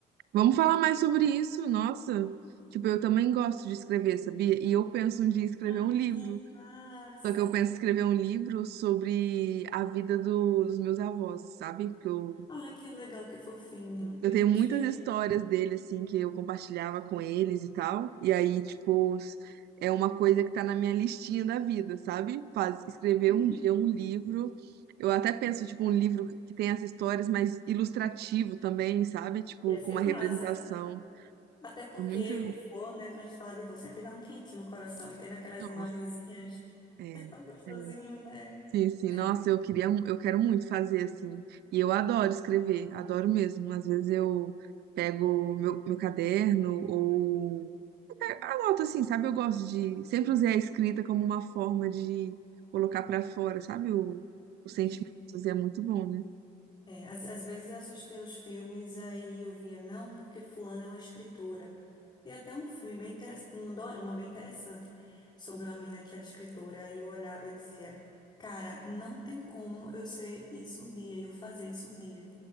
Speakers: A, on the right (about 75°); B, on the left (about 25°).
A: Vamos falar mais sobre isso, nossa. Tipo, eu também gosto de escrever, sabia? E eu penso um dia em escrever
B: ai,
A: um livro.
B: que massa!
A: Só que eu penso em escrever um livro sobre a vida do- dos meus avós, sabe? Que eu
B: Ai, que legal, que fofinho.
A: Eu
B: Ele
A: tenho
B: se
A: muitas
B: inspirou?
A: histórias dele, assim, que eu compartilhava com eles e tal. E aí, tipo, s- é uma coisa que tá na minha listinha da vida, sabe? Faz, escrever
B: Uhum.
A: um dia um livro. Eu até penso, tipo, um livro que tem as histórias, mas ilustrativo também, sabe? Tipo,
B: Ia
A: com
B: ser
A: uma representação.
B: massa. Até porque
A: É muito.
B: vô, né? Quando a gente fala de vô, sempre dá um quentinho no coração. E tendo aquelas
A: Nossa,
B: imagenzinhas,
A: é.
B: é tão gostosinho,
A: é,
B: né?
A: Sim, sim.
B: É
A: Nossa,
B: muito
A: eu queria, mu- eu quero muito fazer assim. E eu adoro escrever, adoro mesmo. Às vezes eu pego meu, meu caderno ou Anoto assim, sabe? Eu gosto de. Sempre usei a escrita como uma forma de colocar pra fora, sabe? O, os sentimentos.
B: sim.
A: E é muito bom, né?
B: É, às, às vezes eu assistia os filmes, aí eu via, não, porque fulana é uma escritora. Tem até um filme bem interessante, um dorama bem interessante, sobre uma menina que era escritora, e eu olhava e eu dizia, cara, não tem como eu ser isso um dia, e eu fazer isso um dia.